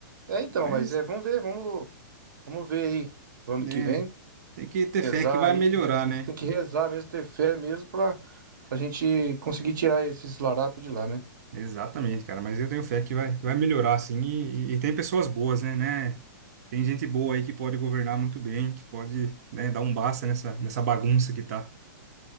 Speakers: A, on the right; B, on the right.
A: É então,
B: Mas,
A: mas é, vamos ver, vamos, vamos ver aí pro ano
B: né,
A: que vem,
B: tem que ter fé
A: rezar
B: que vai
A: aí,
B: melhorar,
A: re-
B: né?
A: isso tem que rezar mesmo, ter fé mesmo para a gente conseguir tirar esses larápios de lá, né?
B: Exatamente, cara. Mas eu tenho fé que vai, que vai melhorar, assim. E, e- e tem pessoas boas, né, né? Tem gente boa aí que pode governar muito bem, que pode, né, dar um basta nessa, nessa bagunça que tá.